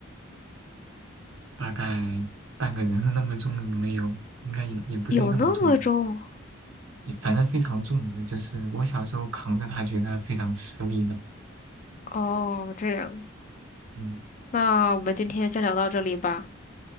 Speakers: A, on the right; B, on the left.
A: 大概半个人那么重，有没有？应该也也不至于那么重吧，
B: 有那么重？
A: 也反正非常重的，就是我小时候扛着它，觉得非常吃力的。
B: 哦，这样子。
A: 嗯
B: 那我们今天先聊到这里吧，